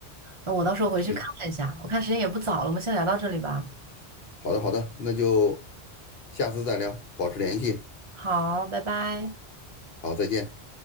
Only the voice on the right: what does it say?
那我到时候回去看一下，
我看时间也不早了，我们先聊到这里吧。
好，拜拜。